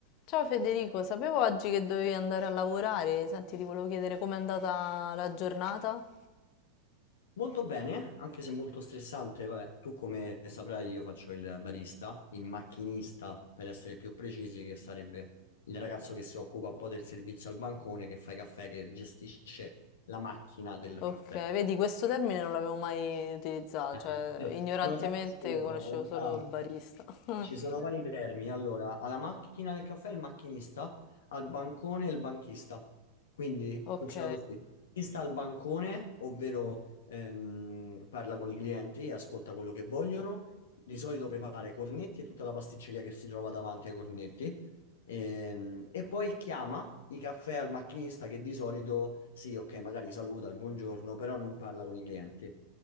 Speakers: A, on the left (about 45°); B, on the left (about 65°).
A: Ciao Federico, sapevo oggi che dovevi andare a lavorare. Senti, ti volevo chiedere com'è andata la giornata.
B: Molto bene, anche se molto stressante. Vabbè, tu come saprai, io faccio il barista, il macchinista per essere più precisi, che sarebbe il ragazzo che si occupa un po' del servizio al bancone, che fa i caffè, che gestisce la macchina del
A: Ok,
B: caffè.
A: vedi, questo termine non l'avevo mai utilizzato,
B: Ah,
A: cioè
B: sì. Non
A: ignorantemente
B: lo sa nessuno,
A: conoscevo
B: in
A: solo
B: realtà
A: barista. <laughs>
B: ci sono vari vermi. Allora, alla macchina del caffè il macchinista, al bancone il banchista. Quindi
A: Ok,
B: funziona così. Chi sta al bancone, ovvero ehm, parla con i clienti e ascolta quello che vogliono, di solito prepara i cornetti e tutta la pasticceria che si trova davanti ai cornetti. Ehm, E, poi chiama i caffè al macchinista che di solito, sì, ok, magari saluta il buongiorno, però non parla con i clienti.